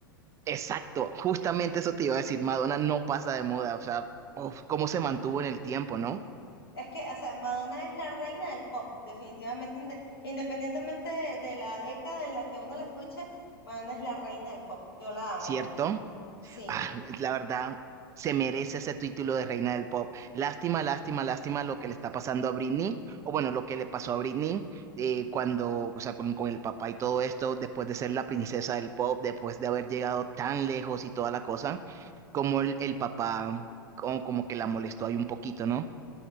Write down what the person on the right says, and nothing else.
Exacto, justamente eso te iba a decir, Madonna no pasa de moda, o sea, uf, cómo se mantuvo en el tiempo, ¿no?
¿Cierto?
Ah, la verdad, se merece ese título de reina del pop. Lástima, lástima, lástima lo que le está pasando a Britney, o bueno, lo que le pasó a Britney eh, cuando, o sea, con, con el papá y todo esto, después de ser la princesa del pop, después de haber llegado tan lejos y toda la cosa, como el, el papá, como, como que la molestó ahí un poquito, ¿no?